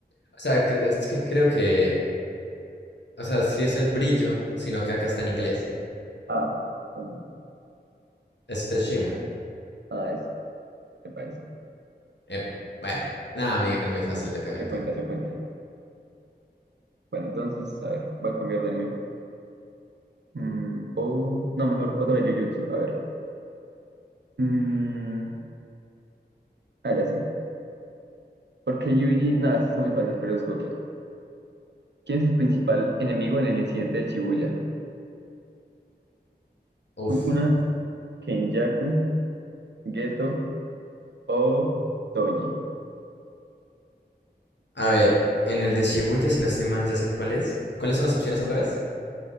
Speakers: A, on the left; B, on the right.
A: O sea, cre- es que creo que, o sea, sí es el brillo, sino que acá está en inglés.
B: Ah, bueno.
A: Es el Shimmer.
B: Ah, ese. Me parece.
A: Epa. Bueno, nada, Miguel, muy fácil, le pego,
B: Se
A: le
B: cuenta,
A: pego.
B: se cuenta. Bueno, entonces, a ver, voy a cambiar de anime. Mm, o, no, mejor otra Jujutsu. A ver. Mm, ah, ya sé. Porque Yuji, no, esta está muy fácil, pero busco otra. ¿Quién es el principal enemigo en el incidente de Shibuya?
A: Uf.
B: Sukuna, Kenjaku, Geto o Toji.
A: A ver, en el de Shibuya, si no estoy mal, ya sé cuál es. ¿Cuáles son las opciones otra vez?